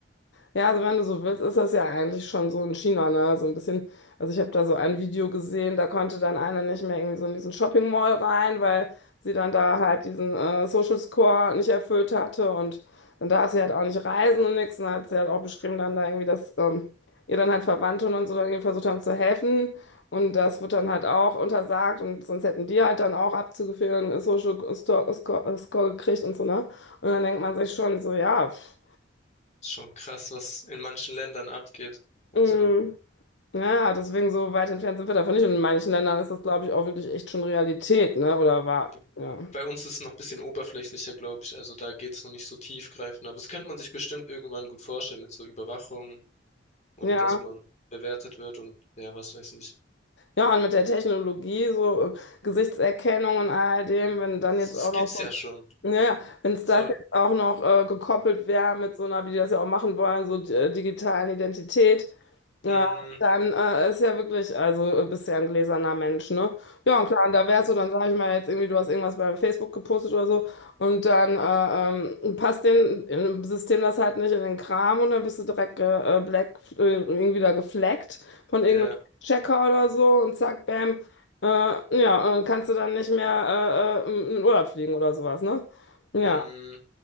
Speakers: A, on the left; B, on the left.
A: Ja, also wenn du so willst, ist das ja eigentlich schon so in China, ne? So ein bisschen, also ich habe da so ein Video gesehen, da konnte dann einer nicht mehr irgendwie so in diesen Shopping Mall rein, weil sie dann da halt diesen äh, Social Score nicht erfüllt hatte und dann darf sie halt auch nicht reisen und nichts. Und dann hat sie halt auch beschrieben dann da irgendwie, dass ähm, ihr dann halt Verwandte und so dann irgendwie versucht haben zu helfen und das wird dann halt auch untersagt und sonst hätten die halt dann auch abzugeführen Social Score, Score gekriegt und so, ne? Und dann denkt man sich schon so, ja. Pff,
B: Ist schon krass, was in manchen Ländern abgeht. Also,
A: Mhm. Ja, deswegen so weit entfernt sind wir davon nicht. Und in manchen Ländern ist das, glaube ich, auch wirklich echt schon Realität, ne? Oder war,
B: <laughs>
A: ja.
B: bei uns ist es noch ein bisschen oberflächlicher, glaube ich. Also da geht es noch nicht so tiefgreifend. Aber das könnte man sich bestimmt irgendwann gut vorstellen mit so Überwachung und
A: Ja,
B: dass man bewertet wird und ja, was weiß ich.
A: ja, und mit der Technologie, so äh, Gesichtserkennung und all dem, wenn dann
B: Das,
A: jetzt
B: das
A: auch
B: gibt's
A: noch, so-
B: ja schon.
A: ja, ja, wenn es
B: So,
A: das jetzt auch noch äh, gekoppelt wäre mit so einer, wie die das ja auch machen wollen, so di- äh, digitalen Identität, Ja,
B: mh,
A: dann äh, ist ja wirklich, also äh, bist ja ein gläserner Mensch, ne? Ja, und klar, und da wärst du, dann sage ich mal jetzt irgendwie, du hast irgendwas bei Facebook gepostet oder so und dann äh, ähm, passt den im System das halt nicht in den Kram und dann bist du direkt ge- äh, black, äh, irgendwie da gefleckt von irgendeinem
B: ja,
A: Checker oder so und zack, bam, äh, ja, äh, kannst du dann nicht mehr äh, äh, in den Urlaub fliegen oder sowas, ne? Ja,
B: mh.